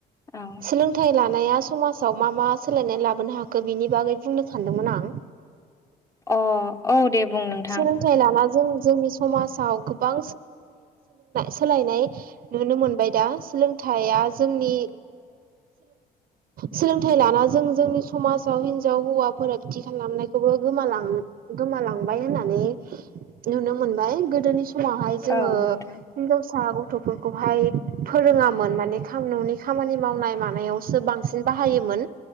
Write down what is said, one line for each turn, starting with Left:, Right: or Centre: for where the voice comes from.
Left: औ
Right: सोलोंथाइ लानाया समाजाव मा मा सोलायनाय लाबोनो हाखो बिनि बागै बुंनो सानदोंमोन आं
Left: अ औ दे बुं नोंथां
Right: सोलोंथाइ लानाय जों जोंनि समाजाव गोबां सोलायनाय नुनो मोनबाय दा सोलोंथाइया जोंनि सोलोंथाइ लाना जों जोंनि समाजाव हिनजाव हौवा फारागथि खालामनायखौबो गोमालां गोमालांबाय होननानै नुनो मोनबाय गोदोनि समावहाय जोङो
Left: औ नोंथां
Right: हिनजावसा गथ'फोरखौहाय फोरोङामोन माने ननि खामानि मावनाय मानायावसो बांसिन बाहायोमोन